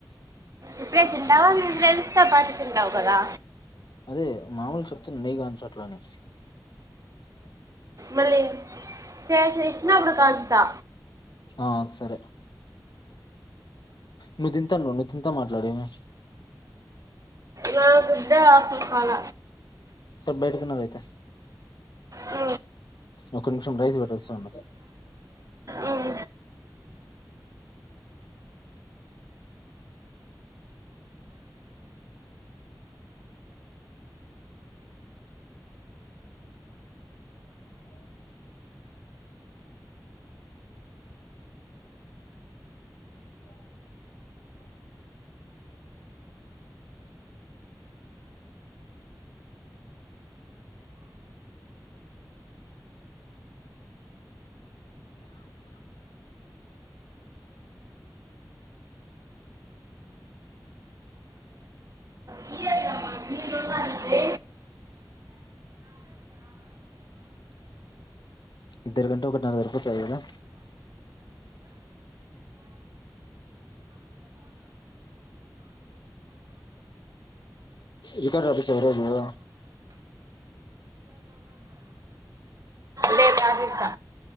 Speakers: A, on the right (about 50°); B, on the left (about 80°).
A: ఇప్పుడే తింటావా మీ ఫ్రెండ్స్ తో పాటు తింటావు కదా
B: అదే మామూలు శక్తు నగాన్ చ చెను
A: మళ్ళీ చేస ఇ చినప్పుడుకాజతా
B: ఆ సరే నువ్వు తింతా నువ్వు నువు తింతా మాట్లాడేవి
A: నాకు ఇద్దే ఆసల కాాల
B: స బేడ్కిన్నాదైతే
A: అ
B: ఒక నిమిషం రైస్ పెట్టొస్తా ఉండు
A: అవు నిరోధవద్దు.
B: ఇద్దరు కంటే ఒక నాలుగు వరపా కదా రికార్డ్ రఫష్వరేరు
A: రేపు రాసిస్తా.